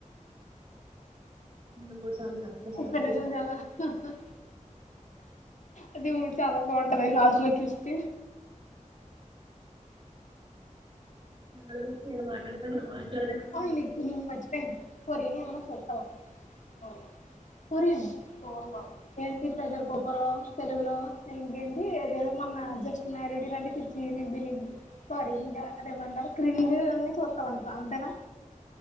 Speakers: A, on the right; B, on the left.
A: రెండు మూడు సార్లు కనిపిస్తాను
B: ఉప్పెన్న చూసవా హహ అది చాలా బాగుంటది లాస్ట్ లో ట్విస్ట్
A: సినిమాల గురించి నేను మాట్లాడతాను నువ్వు మాట్లాడకు
B: అవును ఈ మర్చిపోయాను కొరియన్ ఏం అయిన చూస్తావా చూడను కొరియన్ చూడను ఏంటి ప్రజర్ కుక్కరు తెలుగులో ఇంకేంటి ఏదేదో మొన్న జస్ట్ మ్యారీడ్ లాంటి పిచ్చి నిబ్బి నిబ్బి సారీ ఇంకా అదేమంటారు క్రింజ్ అన్నన్ని చూస్తామంట అంతేనా